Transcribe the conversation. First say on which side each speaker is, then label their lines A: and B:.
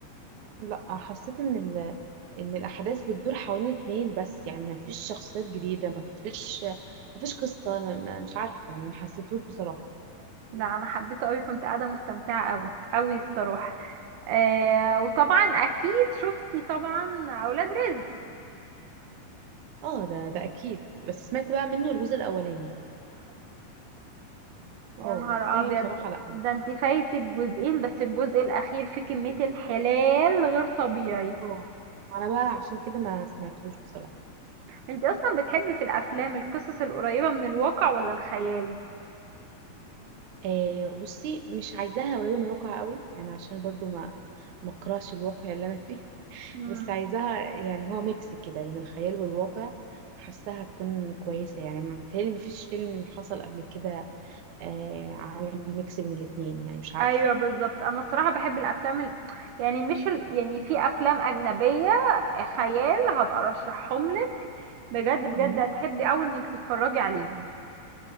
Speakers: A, on the right; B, on the right.
A: لا حسيت إن ال... إن الأحداث بتدور حوالين اتنين بس يعني ما فيش شخصيات جديدة ما فيش ما فيش قصة ما... ما مش عارفة يعني ما حسيتهوش بصراحة
B: لا انا حبيته قوي كنت قاعده مستمتعه قوي قوي الصراحه آه وطبعا اكيد شفتي طبعا اولاد رزق
A: اه ده ده أكيد بس سمعت بقى منه الجزء الأولاني
B: يا
A: اه
B: نهار
A: التاني
B: ابيض
A: بصراحة لا ما
B: ده انت
A: فهمتوش
B: فايتك جزئين بس الجزء الاخير فيه كمية انحلال غير طبيعي
A: اه انا بقى عشان كده ما سمعتهوش بصراحة
B: انت اصلا بتحبي في الافلام القصص القريبة من الواقع ولا الخيال
A: آه بصي مش عايزاها قريبة من الواقع قوي يعني عشان برضو ما ما اكرهش الواقع اللي انا فيه <laughs>
B: مم.
A: بس عايزاها يعني هو ميكس كده بين الخيال والواقع حاساها تكون كويسة يعني ما- بتهيألي ما فيش فيلم حصل قبل كده آه عامل ميكس بين الاتنين يعني مش عارفة
B: ايوه بالظبط انا الصراحة بحب الافلام ال... يعني مش ال... يعني في افلام اجنبية خيال هبقى ارشحهم لك بجد بجد
A: مم.
B: هتحبي اوي انك تتفرجي عليهم